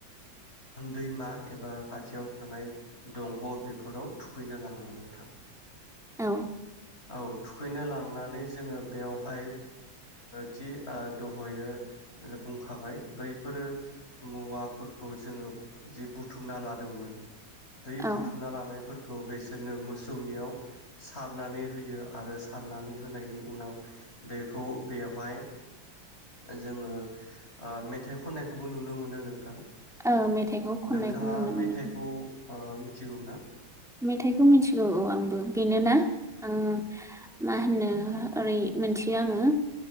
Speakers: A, on the left; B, in the centre.
A: दैमा एबा खाथियाव थानाय दंग' बेफोराव थुखैनो लाङो नोंथां।
B: औ
A: औ थुखैनो लांनानै जोङो बेवहाय जि दहयो बुंखाबाय बैफोरो मुवाफोरखौ जोङो जि बुथुमना लादोंमोन बै
B: औ
A: बुथुमना लानायफोर खौ बिसोरनो मोसौनियाव सारनानै होयो आरो सारनानै होनायनि उनाव बेखौ बेवहाय जोङो ओ मेथाइ खननायखौबो नुनो मोनो नोंथां।
B: औ मेथाइखौ खननायखौ
A: नोंथाङा
B: नुनो
A: मेथाइखौ
B: मोनो
A: ओ मिथिगौ ना?
B: मेथाइखौ मिथिगौ औ आंबो बेनोना आं मा होनो ओरै मोनथियो आङो